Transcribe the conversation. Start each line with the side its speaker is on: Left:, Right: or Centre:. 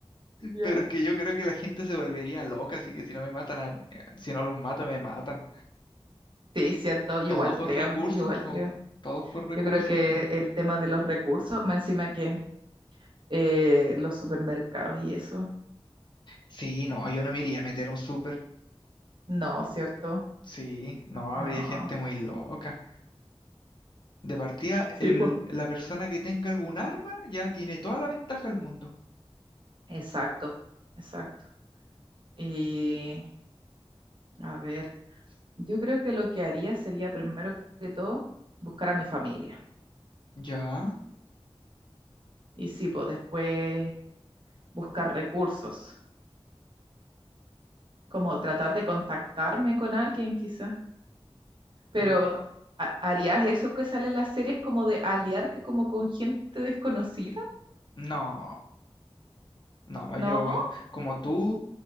Right: ya.
Left: Pero es que yo creo que la gente se volvería loca, así que si no me matan, a- eh, si no los mato, me matan.
Right: Sí, cierto, yo
Left: Todo
Right: igual
Left: por
Right: creo,
Left: recursos,
Right: yo igual
Left: po.
Right: creo.
Left: Todos por
Right: Yo
Left: recursos,
Right: creo que
Left: po.
Right: el tema de los recursos, más encima que eh, los supermercados y eso.
Left: Sí, no, yo no me iría a meter a un súper.
Right: No, cierto,
Left: Sí, no,
Right: no.
Left: habría gente muy loca. De partida,
Right: Sí,
Left: el-
Right: pues.
Left: la persona que tenga algún arma ya tiene toda la ventaja del mundo.
Right: Exacto, exacto. Y a ver, yo creo que lo que haría sería primero que todo buscar a mi familia.
Left: Ya.
Right: Y sí, pues después buscar recursos, como tratar de contactarme con alguien quizás. Pero,
Left: Mm,
Right: ¿ha- ¿harías eso que sale en las series como de aliarte como con gente desconocida?
Left: No, no,
Right: ¿No?
Left: yo como tú,